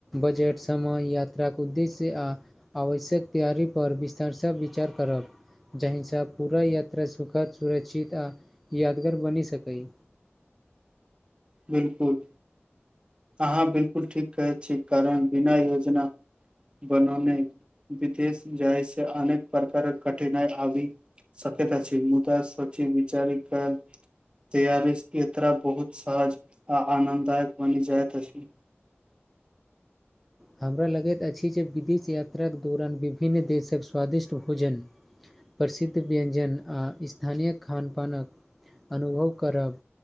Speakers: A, in the centre; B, on the right.
A: बजट समय यात्राक उद्देश्य आ आवश्यक तैयारीपर विस्तारसँ विचार करब जाहिसँ पूरा यात्रा सुखद सुरक्षित आ यादगर बनि सकय
B: बिलकुल अहाँ बिलकुल ठीक कहै छी कारण बिना योजना बनने विदेश जाइ छै अनेक प्रकारक कठिनाइ आबी सक्यत अछी मुदा सची विचारिक तयरि इतरा बहुत सहज आ आनन्ददायक बनि जाइत त अछि
A: हमरा लगैत अछि जे विदेश यात्राक दुरान विभिन्न देशक स्वादिष्ट भोजन प्रसिद्ध व्यञ्जन आ ईस्थानीय खानपानक अनुभव करब